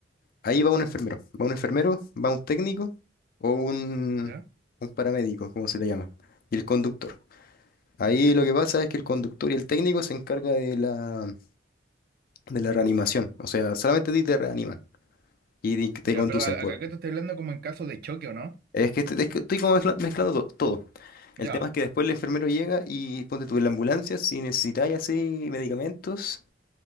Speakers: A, on the left; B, on the right.
A: Ahí va un enfermero, va un enfermero, va un técnico o un,
B: ya,
A: un paramédico, como se le llama, y el conductor. Ahí lo que pasa es que el conductor y el técnico se encarga de la, de la reanimación, o sea, solamente a ti te reaniman y di- te
B: ya,
A: conducen.
B: pero a- a-
A: po.
B: acá te estoy hablando como en caso de choque, ¿o no?
A: Es que, este- es que estoy como mezcla- mezclando to- todo.
B: Ya,
A: El tema es que después el enfermero llega y ponte tú en la ambulancia si necesitáis así medicamentos.